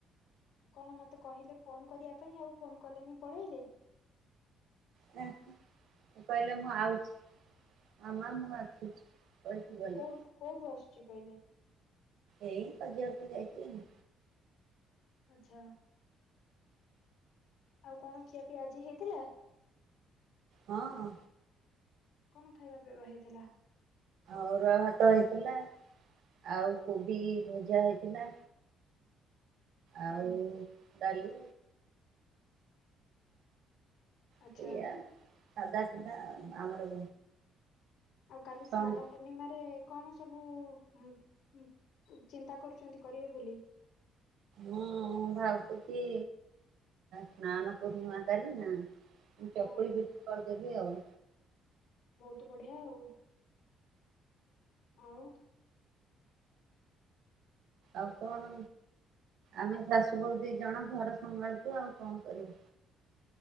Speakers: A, on the left; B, on the right.
A: କଣ ମତେ କହିଲେ ଫୋନ କରିବା ପାଇଁ ଆଉ ଫୋନ କଲେନି ପଳେଇଲେ।
B: ଆଁ ସିଏ କହିଲେ, ମୁଁ ଆଉଛି ମାମା ମୁଁ ଆସୁଛି। କହିକି ଗଲେ
A: କୋଉଠ କୋଉଠୁ ଆସୁଚି କହିଲେ?
B: ଏଇ ବଜାରକୁ ଯାଇଚି ଆଉ।
A: ଆଚ୍ଛା। ଆଉ କଣ ଖିଆପିଆ ଆଜି ହେଇଥିଲା?
B: ହଁ।
A: କଣ ଖାଇବା ପାଇଁବା ହେଇଥିଲା?
B: ଅରୁଆ ଭାତ ହେଇଥିଲା ଆଉ କୋବି ଭଜା ହେଇଥିଲା। ଆଉ
A: ହୁଁ।
B: ଡାଲି
A: ଆଚ୍ଛା
B: ସେଇଆ ସାଧା ସିଧା ଆମର।
A: ଆଉ କାଲି ସ୍ନାନ
B: ସନ୍
A: ପୂର୍ଣ୍ଣିମାରେ କଣ ସବୁ ଉ ଉ ଚିନ୍ତା କରୁଛନ୍ତି କରିବେ ବୋଲି।
B: ହଁ ଭାବୁଛି ସ୍ନାନ ପୂର୍ଣିମା କାଲି ନା। ମୁଁ
A: ହଁ
B: ଚକୁଳି ପିଠା କରିଦେବି ଆଉ।
A: ତ ବଢିଆ ଆଉ। ଆଉ।
B: ଆଉ କଣ? ଆମେ ଶାଶୁ ବୋହୂ ଦି ଜଣ ଘର ସମ୍ଭାଳୁଛୁ ଆଉ କଣ କରିବୁ?